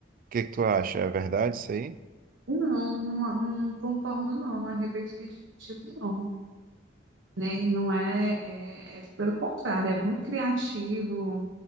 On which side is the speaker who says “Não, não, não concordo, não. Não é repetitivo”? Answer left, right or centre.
Right